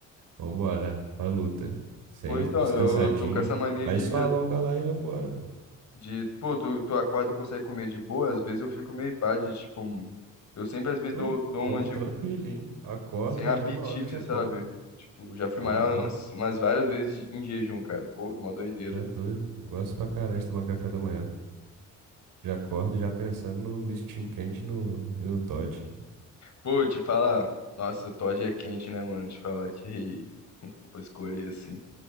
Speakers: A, on the right; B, on the left.
A: Vambora, pra luta. Sem
B: Pô, então,
A: descansadinho.
B: eu tô com essa mania
A: Aí
B: de,
A: só alonga lá e vambora, pô.
B: de pô, tu, tu acorda e consegue comer de boa, às vezes eu fico meio pá de, tipo, eu sempre às vezes
A: Eu
B: dou, dou
A: como
B: uma de
A: tranquilinho, acordo
B: sem
A: na
B: apetite,
A: mesma hora eu já
B: sabe?
A: como.
B: Tipo, já fui
A: Ah,
B: malhar
A: não,
B: umas, umas várias vezes em jejum, cara. Pô, mó doideira.
A: já é doido. Gosto pra caralho de tomar café da manhã. Já acordo já pensando no mistinho quente e no, e no Toddy.
B: Pô, te falar, nossa, o Todd é quente, né, mano? Te falar que <laughs> pô, escolher assim,